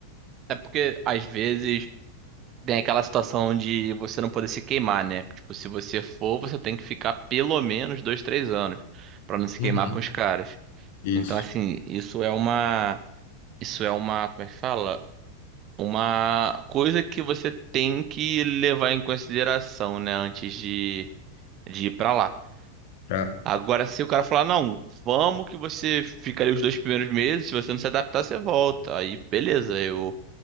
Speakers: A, on the right; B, on the left.
A: é porque às vezes tem aquela situação de você não poder se queimar, né? Tipo, se você for, você tem que ficar pelo menos dois, três anos pra não se
B: Uhum,
A: queimar com os caras.
B: isso.
A: Então, assim, isso é uma, isso é uma, como é que fala? Uma coisa que você tem que levar em consideração, né, antes de, de ir pra lá.
B: É.
A: Agora, se o cara falar, não, vamos que você fica ali os dois primeiros meses, se você não se adaptar, você volta. Aí, beleza, eu,